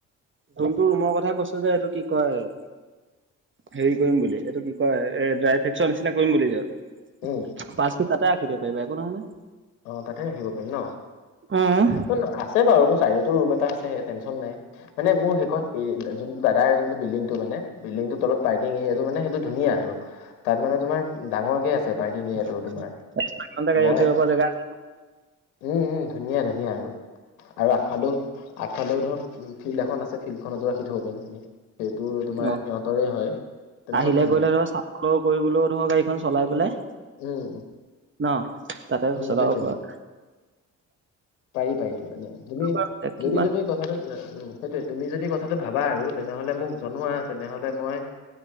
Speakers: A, on the right; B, on the left.
A: যোনটো ৰুমৰ কথা কৈছো যে সেইটো কি কয় হেৰি কৰিম বুলি এইটো কি কয় এ ড্ৰাই ফ্ৰেকচৰ নিচিনা কৰিম বুলি ইয়াত।
B: উম
A: পাৰ্টচটো তাতে ৰাখি দিব পাৰিবা একো নহয় নহয়।
B: অ তাতে ৰাখিব পাৰিম ন
A: নহয়
B: আছে বাৰু মোৰ চাইডটো ৰুম এটা আছে টেনশচন নাই। মানে মোৰ সেইখন এ যোন দাদাৰ যোনটো বিল্ডিংটো মানে বিল্ডিংৰ তলত পাৰ্কিং এৰিয়াটো মানে সেইটো ধুনীয়া আৰু। তাত মানে তোমাৰ ডাঙৰকে আছে। পাৰ্কিং এৰিয়াটো
A: <unintelligible>
B: তোমাৰ
A: গাড়ী
B: মই
A: ৰাখিব পৰা জেগা
B: উম উম ধুনীয়া ধুনীয়া আৰু। আৰু আগফালেও আগফালেও ধৰক ফিল্ড এখন আছে ফিল্ডখনটো ৰাখি থব পাৰিম। সেইটো তোমাৰ
A: অ
B: সিহঁতৰে হয়। টেনচন
A: আহিলে
B: নাই
A: কৰিলে
B: মানে
A: ধৰ চাফাও কৰিবলৈও ধৰক গাড়ীখন চলাই পেলাই
B: উম।
A: ন তাতে
B: উম
A: চলাব
B: সেইটোৱে
A: পাৰো।
B: সেইটোৱে। পাৰি পাৰি মানে তুমি
A: বাৰু কিমান
B: যদি তুমি কথাটো উম সেইটোৱে তুমি যদি কথাটো ভাবা আৰু তেনেহ'লে মোক জনোৱা, তেনেহ'লে মই